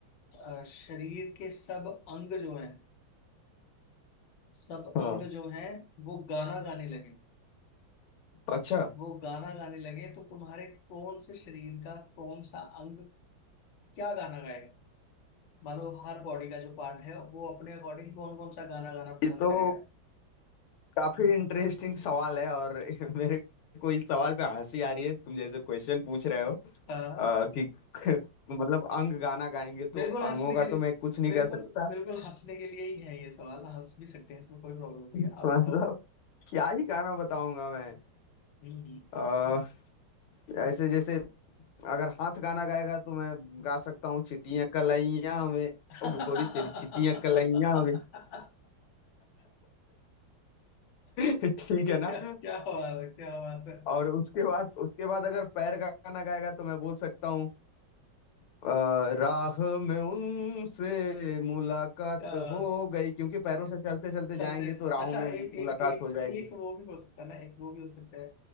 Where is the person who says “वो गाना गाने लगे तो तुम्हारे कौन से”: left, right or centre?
Left